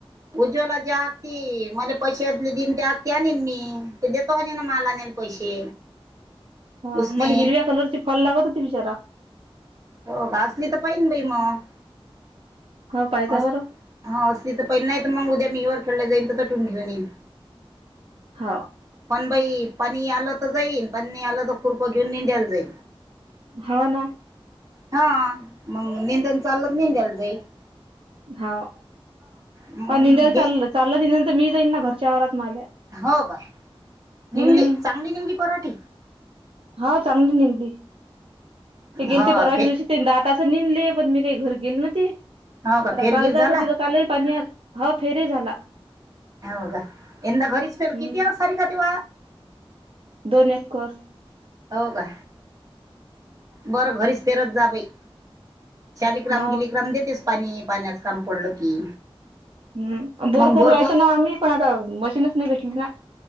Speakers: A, on the right; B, on the right.
A: उज्ज्वला जा मला पैसेले दिन त्या आ ते आणल मी ते देतो होणे ना मला आणल पैसे
B: हा
A: उसने
B: मला हिरव्या कलरचे फॉल लागत होते विचारा
A: हो घासली तर पाहि ना बाई मग
B: हो पाहिजा
A: अस
B: बरं
A: हा अस त तर पहिले नाही तर मग उद्या मी वरखडला जाईल मी घेऊन ये
B: हो
A: पण बाई पाणी आलं तर जाईन पाणी आलं तर कृपा घेऊन इंद्याला दे
B: हो ना
A: हा मग निंदन चालल निेंदायला जाई
B: हा
A: मग
B: निंदायला
A: घे
B: चाललं चाललं निेल तर मी जाईन ना घरच्याव वावरात मला
A: हो काय निंगली
B: हम्
A: चांगली निंगली पराठी.
B: हा चांगली निघली ते गेले
A: हो
B: ते परवाच्या
A: फे
B: दिवशी त्यां आता असं निेघले पण मी काही घर गेल न ते
A: हो का
B: आता
A: फेरगीर
B: काल जात
A: झाला
B: होती तर कालही पाणी हवा फेर झाला
A: हो का यंदा घरीच
B: हम्म
A: पेल किती सारी का ते वा
B: दोन एककर
A: हो का बरं घरीच फेरत जा बाई शालिक्राम
B: हा
A: गिलीिक्राम देतेच पाणी पाण्याचं काम पडलं की
B: हम् बोर
A: मग
B: करू यायलच
A: क
B: ना आम्ही पण आता मशीनच नाही भेटली ना